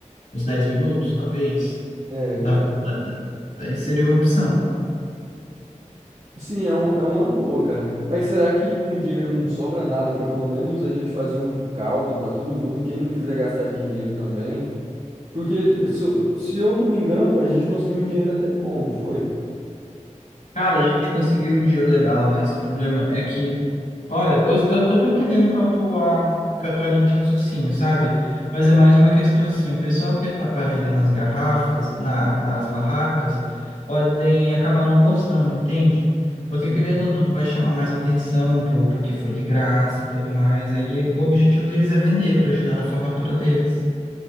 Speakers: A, on the left; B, on the right.
A: os 10 minutos, talvez?
B: É,
A: Da,
B: cara.
A: da- da- seria uma opção.
B: Sim, é, um, é uma boa, cara. Mas será que com o dinheiro não sobra nada para pelo menos a gente fazer um caldo para todo mundo, quem não quiser gastar dinheiro também? Porque, se, eu- se eu não me engano, a gente conseguiu um dinheiro até bom, não foi?
A: Cara, a gente conseguiu um dinheiro legal, mas o problema é que Olha, eu, eu, eu tô entendendo qual é a tua, qual é a tua linha de raciocínio, sabe? Mas é mais uma questão assim, o pessoal que tá- vai vender nas garrafas, na, nas barracas, podem acabar não gostando, entende? Porque
B: Sim.
A: querendo ou não, vai chamar mais atenção pro, pro que for de graça e tudo mais. Aí o objetivo deles é vender para ajudar na formatura deles.